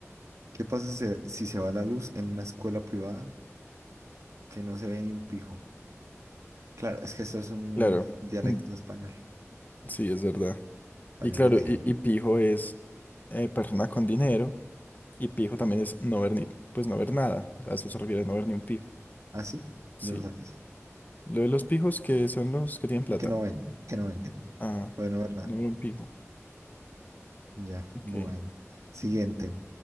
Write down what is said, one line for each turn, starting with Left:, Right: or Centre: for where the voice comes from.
Right: ¿Qué pasa si se, si se va la luz en una escuela privada que no se ve ni un pijo? Claro, es que eso es un
Left: claro.
Right: dialecto
Left: Mm,
Right: español,
Left: Sí, es verdad.
Right: españolete.
Left: Y claro, y, y
Right: <laughs>
Left: pijo es eh, persona con dinero. Y pijo también es no ver ni, pues no ver nada. A eso se refiere, no ver ni un pijo.
Right: ¿Ah, sí?
Left: Sí.
Right: Yo lo sabía. eso.
Left: Lo de los pijos que son los que tienen plata.
Right: Que no ven, que no ven, que no.
Left: Ah,
Right: Bueno, ¿verdad?
Left: no ver un pijo.
Right: Ya,
Left: Ok.
Right: bueno. Siguiente.